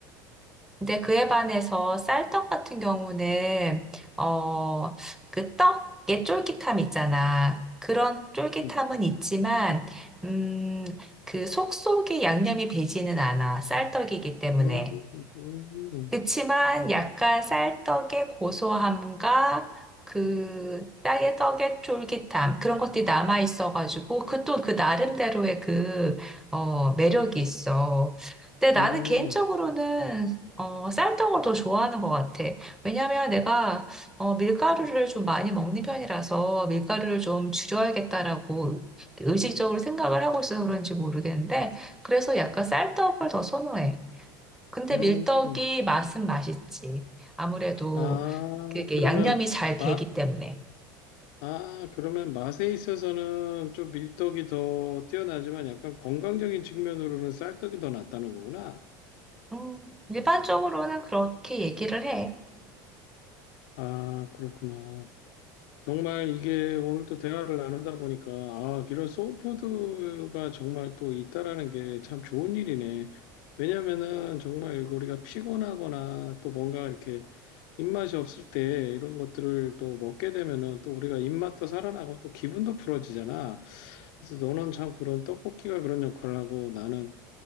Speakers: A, in the centre; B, on the left.
A: 근데 그에 반해서 쌀떡 같은 경우는 어, 그 떡의 쫄깃함 있잖아. 그런 쫄깃함은
B: 음,
A: 있지만 음, 그 속속에 양념이 배지는 않아. 쌀떡이기 때문에.
B: 음, 음.
A: 그치만 약간 쌀떡의 고소함과 그 땅의 떡의 쫄깃함 그런 것들이 남아 있어가지고 그 또 그 나름대로의 그 어, 매력이 있어. 근데 나는
B: 음.
A: 개인적으로는 어, 쌀떡을 더 좋아하는 것 같아. 왜냐면 내가 어, 밀가루를 좀 많이 먹는 편이라서 밀가루를 좀 줄여야겠다라고 의식적으로 생각을 하고 있어서 그런지 모르겠는데 그래서 약간 쌀떡을 더 선호해. 근데
B: 음,
A: 밀떡이 맛은 맛있지. 아무래도
B: 아,
A: 그게
B: 그러면,
A: 양념이 잘 되기
B: 마,
A: 때문에.
B: 아, 그러면 맛에 있어서는 좀 밀떡이 더 뛰어나지만 약간 건강적인 측면으로는 쌀떡이 더 낫다는 거구나.
A: 음, 일반적으로는 그렇게 얘기를 해.
B: 아, 그렇구나. 정말 이게 오늘 또 대화를 나누다 보니까 아, 이런 소울푸드가 정말 또 있다라는 게 참 좋은 일이네. 왜냐면은 정말 우리가 피곤하거나 또 뭔가 이렇게 입맛이 없을 때 이런 것들을 또 먹게 되면은 또 우리가 입맛도 살아나고 또 기분도 풀어지잖아. 그래서 너는 참 그런 떡볶이가 그런 역할을 하고 나는